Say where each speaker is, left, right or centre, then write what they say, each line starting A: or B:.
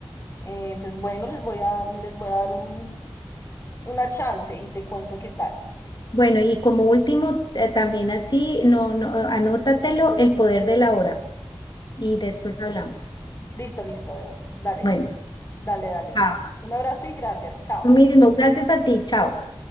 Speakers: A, on the left; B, on the left.
A: Eh, entonces, bueno, les voy a, les voy a dar un, una chance y te cuento qué tal.
B: bueno, y como último, eh, también así, no, no, anótatelo, el poder de la hora. Y después hablamos.
A: Listo, listo, de una. Dale,
B: Bueno,
A: dale, dale.
B: chao.
A: Un abrazo y gracias. Chao.
B: Lo mismo, gracias a ti, chao.